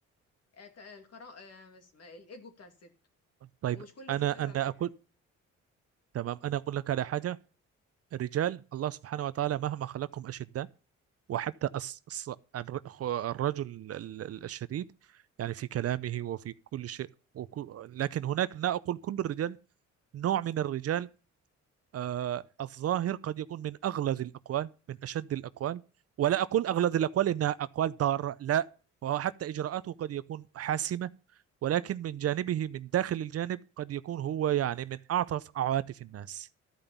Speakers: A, on the left; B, on the right.
A: آه، ك- القرا آه، اسم- الايجو بتاع الست
B: طيب
A: ومش كل الستات
B: أنا
A: على
B: أنا
A: فكرة
B: أقول تمام أنا أقول لك على حاجة الرجال الله سبحانه وتعالى مهما خلقهم أشداء وحتى الص- الص- الر- خ- الرجل ال- ال- الشديد يعني في كلامه وفي كل شيء وكو- لكن هناك لا أقول كل الرجال نوع من الرجال آه، الظاهر قد يكون من أغلظ الأقوال من أشد الأقوال ولا أقول أغلظ الأقوال إنها أقوال ضارة لا وهو حتى إجراءاته قد يكون حاسمة ولكن من جانبه من داخل الجانب قد يكون هو يعني من أعطف عواطف الناس